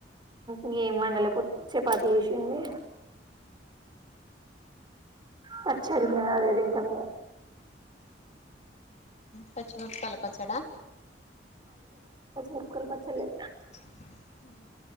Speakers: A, on the right (about 25°); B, on the left (about 40°).
A: ఇ ఏం వండల ప చపాతి చేసింది పచ్చడింది అదే తింటాం ఇంకా మీ
B: పచ్చిమిరపకాయల పచ్చడా
A: వర్కాల్వ చల్లే
B: <inaudible>